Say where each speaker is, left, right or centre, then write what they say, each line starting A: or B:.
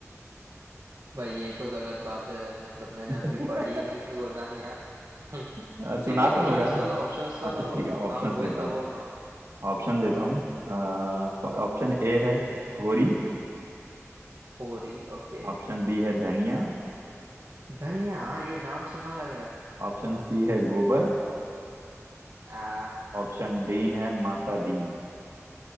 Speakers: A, on the right; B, on the right.
A: भाई ये तो गलत बात है मतलब मैंने अभी
B: <laughs>
A: पढ़ी ही नहीं है गोदान यार <laughs> ठीक
B: अ, सुना
A: है ऑप्शंस
B: तो होगा ना
A: तो दो ऑप्शंस
B: <laughs>
A: तो
B: अच्छा
A: दो
B: ठीक है ऑप्शंस
A: हाँ वही
B: देता
A: तो
B: हूँ
A: बोल रहा हूँ
B: ऑप्शन
A: हाँ
B: देता हूँ ऑप्शन ए है होरी
A: होरी ओके
B: ऑप्शन बी है धनिया
A: धन्या हाँ, ये नाम सुना लग रहा है
B: ऑप्शन सी है गोबर
A: आ
B: ऑप्शन डीन है माता दीन